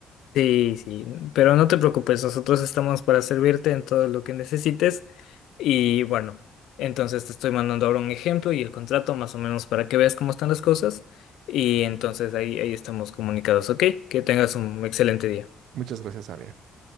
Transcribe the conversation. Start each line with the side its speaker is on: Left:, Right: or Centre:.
Left: Sí, sí, pero no te preocupes, nosotros estamos para servirte en todo lo que necesites y bueno, entonces te estoy mandando ahora un ejemplo y el contrato más o menos para que veas cómo están las cosas y entonces ahí, ahí estamos comunicados, ¿ok? Que tengas un excelente día.
Right: Muchas gracias, Ariel.